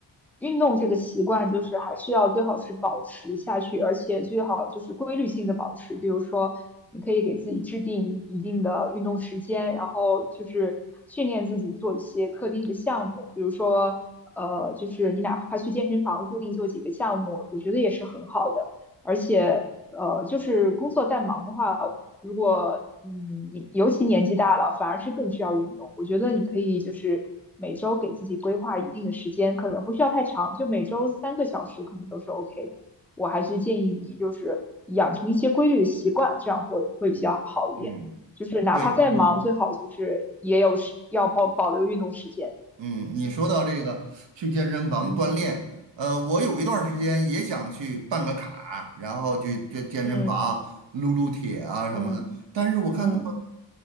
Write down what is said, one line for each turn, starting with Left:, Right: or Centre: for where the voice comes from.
Centre: 运动这个习惯就是还是要最好是保持下去，而且最好就是规律性的保持。比如说，你可以给自己制定一定的运动时间，然后就是训练自己做一些特定的项目，比如说，呃，就是你哪怕去健身房固定做几个项目，我觉得也是很好的。而且，呃，就是工作再忙的话。如果嗯，你尤其年纪大了，反而是更需要运动。我觉得你可以就是每周给自己规划一定的时间，可能不需要太长，就每周三个小时可能都是 OK 的。我还是建议你就是养成一些规律的习惯，这样会会比较好一点。
Right: 嗯，
Centre: 就是哪怕再忙，
Right: 对你，
Centre: 最好就是也有时要保保留运动时间。
Right: 嗯，你说到这个去健身房锻炼，
Centre: 嗯
Right: 呃，我有一段儿时间也想去办个卡，然后去这健身房撸撸铁啊什么的，
Centre: 嗯嗯
Right: 但是我看。
Centre: 嗯
Right: 他们。